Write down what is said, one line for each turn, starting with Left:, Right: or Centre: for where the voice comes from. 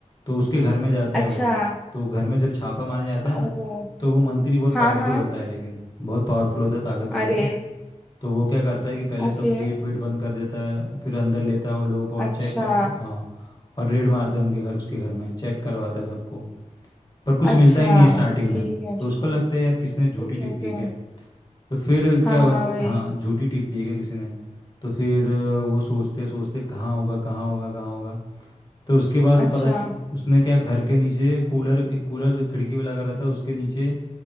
Left: तो उसके घर में जाता
Centre: अच्छा
Left: है वो तो घर में जब छापा मारने जाता है
Centre: ओ
Left: ना तो वो मंत्री बहुत
Centre: हाँ
Left: पावरफुल
Centre: हाँ
Left: होता है लेकिन बहुत पावरफुल होता है ताकतवर होता
Centre: अरे
Left: है तो वो क्या करता है कि पहले
Centre: ओके
Left: सब गेट वेट बंद कर देता है और फिर अंदर लेता है वो लोगों को और
Centre: अच्छा
Left: चेक कर हाँ और रेड मारता है उनके घर उसके घर में चेक करवाता है सबको पर कुछ
Centre: अच्छा
Left: मिलता ही नहीं है स्टार्टिंग
Centre: ठीक
Left: में
Centre: है
Left: तो
Centre: ठीक
Left: उसको
Centre: है
Left: लगता है यार किसने झूठी
Centre: Okay
Left: टिप
Centre: okay
Left: दी क्या तो फिर
Centre: हाँ
Left: क्या हो
Centre: हाँ वही
Left: हाँ झूठी टिप दी है क्या किसी ने तो फिर अ, वो सोचते सोचते कहाँ होगा कहाँ होगा कहाँ होगा तो उसके बाद वो
Centre: अच्छा
Left: पता च- उसने क्या घर के नीचे कूलर एक कूलर खिड़की पे लगा रहता है उसके नीचे